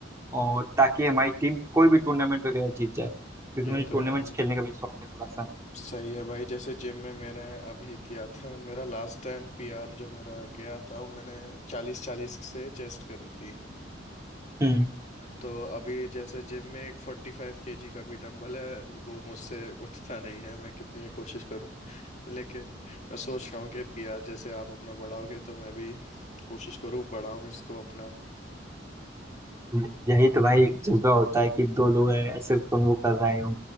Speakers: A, on the right; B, on the left.
A: और ताकि हमारी टीम कोई भी टूर्नामेंट वगैरह जीत जाए क्योंकि
B: ये
A: मुझे
B: तो
A: टूर्नामेंट्स
B: है
A: खेलने का भी शौक है थोड़ा सा
B: सही है भाई जैसे जिम में मैंने अभी किया था मेरा लास्ट टाइम पीआर जो मेरा गया था वो मैंने चालीस चालीस से चेस्ट करी थी
A: हम्म
B: तो अभी जैसे जिम में एक फोर्टी फाइव केजी का भी डंबल है वो मुझसे उठता नहीं है मैं कितनी कोशिश करूं लेकिन मैं सोच रहा हूँ कि पीआर जैसे आप अपना बढ़ाओगे तो मैं भी कोशिश करूँ बढ़ाऊँ इसको अपना
A: <laughs> यही तो भाई एक जज्बा होता है कि दो लोग हैं, ऐसे कन्वो कर रहे हो